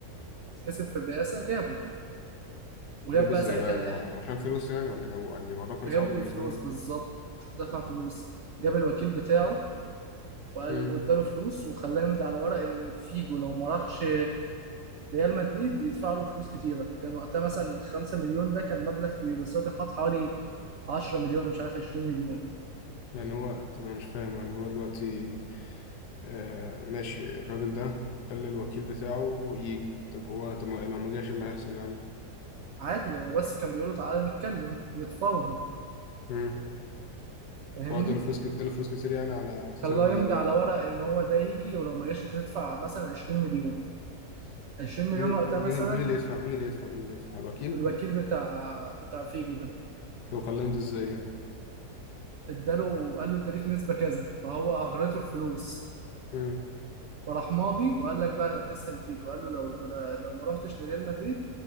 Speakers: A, on the right; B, on the left.
A: كسب في الرئاسة جابه وجاب
B: جابه
A: بقى
B: ازاي
A: ساعتها
B: بقى يعني
A: لع-
B: هو عشان فلوس يعني ولا جابه يعني الموضوع كان
A: جابوا
B: صعب بالنسبه
A: فلوس
B: لهم
A: بالظبط دفع فلوس جاب الوكيل بتاعه وقال
B: امم
A: واداله فلوس وخلاه يمضي على ورق ان فيجو لو ما راحش ريال مدريد يدفع له فلوس كتيره كان وقتها مثلا 5 مليون ده كان مبلغ كبير بس هو كان حاط حوالي 10 مليون أنا مش عارف 20 مليون
B: يعني هو طب انا مش فاهم يعني هو دلوقتي آه ماشي الراجل ده قال للوكيل بتاعه يجي طب هو طب ما- لو ما جاش إيه اللي هيحصل يعني
A: عادي هو بس كان بيقولوا تعالى نتكلم يتفاوضوا
B: امم
A: فاهمني
B: هو اداله فلوس اداله فلوس كتير يعني على اساس
A: خلاه
B: ان هو
A: يمضي
B: يجي
A: على
B: يعني
A: ورق ان هو ده يجي ولو ما جاش انت تدفع مثلا 20 مليون 20 مليون
B: مين
A: وقتها
B: مين
A: مثلا
B: مين اللي يدفع مين اللي يدفع مين اللي يدفع الوكيل
A: الوكيل بتاع بتاع فيجو ده
B: طب كلمت ازاي يعني
A: اداله قال له انت ليك نسبة كذا فهو اغرته الفلوس
B: امم
A: فراح ماضي وقال لك بقى لبسها الفيجو قال له لو ما دا- لو ما رحتش لريال مدريد